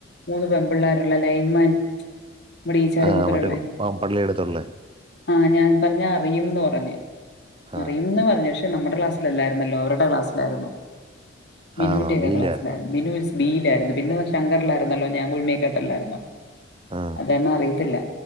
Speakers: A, on the left (about 55°); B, on the right (about 25°).
A: മൂന്ന് പെമ്പിള്ളാർ ഉള്ള ലൈൻ മാൻ നമ്മടെ ഈച്ചാഡ്
B: ആ
A: മുക്കിലുള്ളെ
B: മറ്റേ പ- പള്ളിയടുത്തുള്ള
A: ആ ഞാൻ പറഞ്ഞ് ആ പറയും എന്ന് പറഞ്ഞ്
B: ആ
A: അറിയും എന്ന് പറഞ്ഞു പക്ഷെ നമ്മടെ ക്ലാസ്സിൽ അല്ലാരുന്നല്ലോ അവർടെ ക്ലാസ്സിൽ ആരുന്നു ബിനുന്റെ
B: ആ
A: ഒക്കെ
B: ബിയിലായിരുന്നോ
A: ക്ലാസ്സിൽ ആരുന്നു ബിനു ബിയിൽ ആരുന്നു പിന്നെ ശങ്കറിൽ ആരുന്നല്ലോ ഞാൻ ഗുഡ് നൈറ്റ്‌ ഇട്ടല്ലാരുന്നോ
B: ആ
A: അത് കാരണം അറിയത്തില്ല